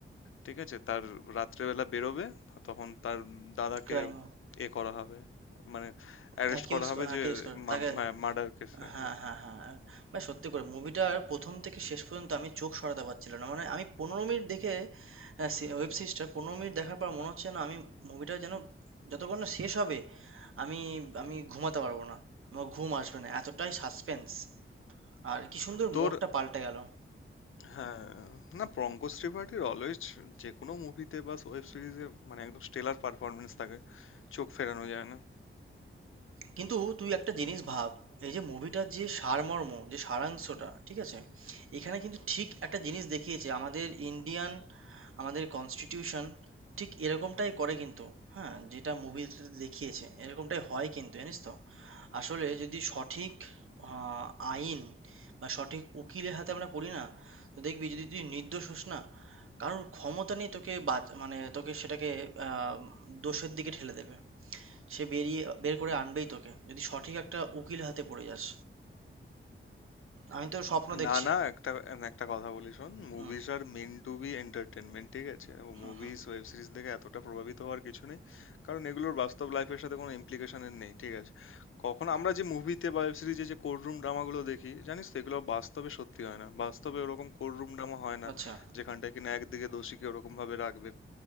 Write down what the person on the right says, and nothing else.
ক্রাইম
অ্যাকিউজ
অ্যাকিউজ
কর তাকে
হ্যাঁ
হ্যাঁ হ্যাঁ আর ভাই সত্যি করে মুভিটার প্রথম থেকে শেষ পর্যন্ত আমি চোখ সরাতে পারছিলাম না মানে আমি পনেরো মিনিট দেখে ওয়েব সিরিজটা পনেরো মিনিট দেখার পর মনে হচ্ছে না আমি মুভিটা যেন যতক্ষণ না শেষ হবে আমি আমি ঘুমাতে পারবো না আমার ঘুম আসবে না এতটাই সাসপেন্স আর কি সুন্দর
মোড়টা পাল্টে গেল
কিন্তু তুই একটা জিনিস ভাব এই যে মুভিটার যে সারমর্ম যে সারাংশটা ঠিক আছে এখানে কিন্তু ঠিক একটা জিনিস দেখিয়েছে আমাদের ইন্ডিয়ান আমাদের কনস্টিটিউশন ঠিক এরকমটাই করে কিন্তু হ্যাঁ যেটা মুভিতে দেখিয়েছে এরকমটাই হয় কিন্তু জানিস তো আসলে যদি সঠিক আহ, আইন বা সঠিক উকিলের হাতে আমরা পড়ি না তো দেখবি যদি তুই নির্দোষ হোস না কারোর ক্ষমতা নেই তোকে বাঁচ- মানে তোকে সেটাকে আহ, দোষের দিকে ঠেলে দেবে সে বেরিয়ে বের করে আনবেই তোকে যদি সঠিক একটা উকিল হাতে পড়ে যাস আমি তো স্বপ্ন দেখছি
হুম
হুম
হুম
আচ্ছা